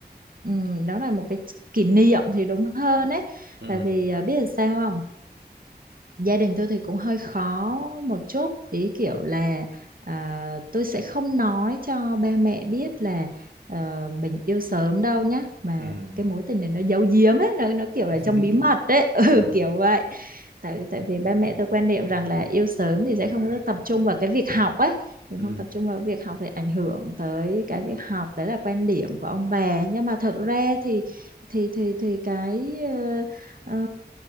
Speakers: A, on the right; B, on the right.
A: Ừ, đó là một cái kỷ niệm thì đúng hơn đấy
B: Ừ.
A: tại vì à, biết là sao không gia đình tôi thì cũng hơi khó một chút ý kiểu là à, tôi sẽ không nói cho ba mẹ biết là ờ, mình yêu sớm đâu nhá mà
B: Ừ.
A: cái mối tình này nó giấu giếm ấy nó nó kiểu
B: <laughs>
A: là trong bí mật đấy <laughs> ừ,
B: Ờ,
A: kiểu vậy tại tại vì ba mẹ tôi quan niệm rằng là yêu sớm thì sẽ không có tập trung vào cái việc học ấy mình
B: ừ.
A: không tập trung vào việc học thì ảnh hưởng tới cái việc học đấy là quan điểm của ông bà nhưng mà thật ra thì thì thì thì cái ờ, ờ,